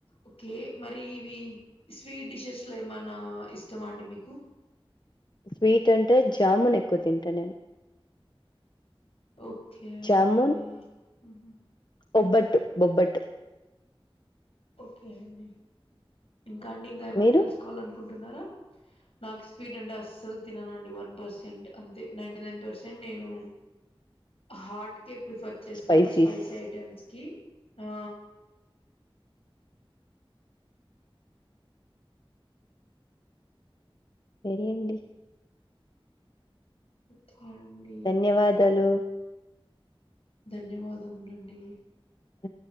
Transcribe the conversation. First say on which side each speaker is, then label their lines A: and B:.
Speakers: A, on the left (about 85°); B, on the left (about 50°).
A: ఓకే మరి ఇవి స్వీట్ డిషెస్లో ఏమైనా ఇష్టమా అండి మీకు
B: స్వీట్ అంటే జాముూన్ ఎక్కు తింటా నేను
A: ఓకే అండి
B: జామున్
A: ఉహు
B: బొబ్బట్టు బొబ్బట్టు
A: ఓకే అండి ఇంకా అండి ఇంకా ఏమన్నా
B: మీరు
A: తెలుసుకోవాల అనుకుంటున్నారా నాకు స్వీట్ అంటే అస్సలు తిననుండి వన్ పర్సెంట్ అంతే నైన్ంట నైన్ పర్సెంట్ నేను హాట్ కేే ప్రిఫర్ చేస్తాను
B: స్పైసీస్
A: స్పైసీ ఐటెమ్స్ కీ ఆ
B: సరి అండి
A: ఓకే అండి.
B: ధన్యవాదాలు
A: ధన్యవాదమునండి
B: అ